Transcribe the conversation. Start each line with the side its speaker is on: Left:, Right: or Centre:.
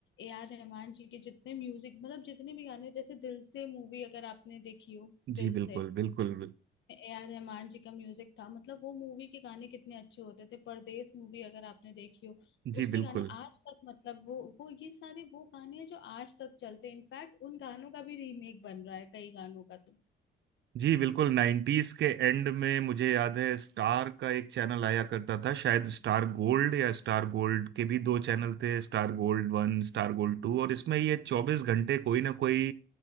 Left: ए आर रहमान जी के जितने म्यूजिक मतलब जितने भी गाने जैसे दिल से मूवी अगर आपने देखी हो दिल
Right: जी बिल्कुल
Left: से
Right: बिल्कुल
Left: ए आर रहमान जी का म्यूजिक था मतलब वो मूवी के गाने कितने अच्छे होते थे परदेस मूवी अगर आपने देखी हो
Right: जी
Left: उसके
Right: बिल्कुल
Left: गाने आज तक मतलब वो वो ये सारे वो गाने हैं जो आज तक चलते हैं इनफैक्ट उन गानों का भी रीमेक बन रहा है कई गानों का तो
Right: जी बिल्कुल नाइन्टीज के एंड में मुझे याद है स्टार का एक चैनल आया करता था शायद स्टार गोल्ड या स्टार गोल्ड के भी दो चैनल थे star gold one star gold two और इसमें ये चौबीस घंटे कोई ना कोई